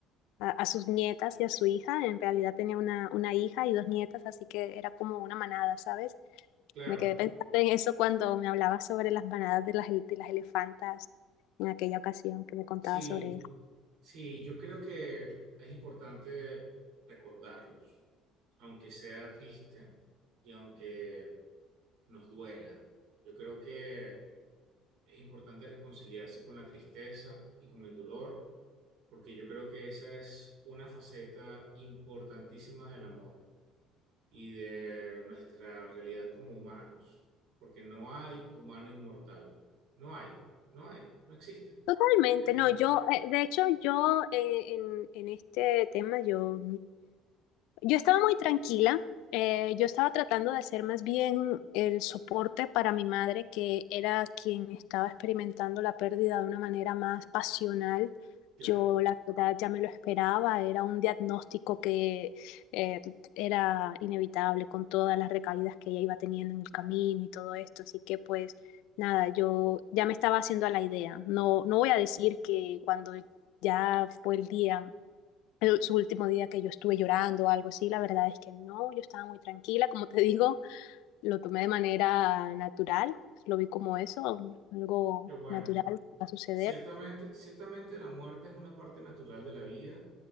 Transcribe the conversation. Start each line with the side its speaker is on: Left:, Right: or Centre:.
Left: a- a sus nietas y a su hija. En realidad tenía una, una hija y dos nietas, así que era como una manada, ¿sabes?
Right: Claro,
Left: Me quedé pensando en eso cuando me hablabas sobre las manadas de las, el- de las elefantas en aquella ocasión que me contabas
Right: sí.
Left: sobre eso.
Right: Sí, yo creo que es importante recordarlos, aunque sea triste y aunque nos duela. Yo creo que es importante reconciliarse con la tristeza y con el dolor, porque yo creo que esa es una faceta importantísima del amor y de nuestra realidad como humanos, porque no hay humano inmortal. No hay, no hay, no existe.
Left: Totalmente,
Right: Eh,
Left: no, yo, eh, de hecho, yo eh, en, en este tema, yo Yo estaba muy tranquila. eh, yo estaba tratando de hacer más bien el soporte para mi madre, que era quien estaba experimentando la pérdida de una manera más pasional.
Right: claro,
Left: Yo, la verdad, ya me lo esperaba. Era un diagnóstico que eh, era inevitable con todas las recaídas que ella iba teniendo en el camino y todo esto. Así que, pues, nada, yo ya me estaba haciendo a la idea. No, no voy a decir que cuando ya fue el día el- su último día que yo estuve llorando o algo así, la verdad es que no, yo estaba muy tranquila, como te digo, lo tomé de manera natural, lo vi como eso, algo
Right: qué bueno.
Left: natural que va a suceder
Right: Ciertamente, ciertamente la muerte es una parte natural de la vida,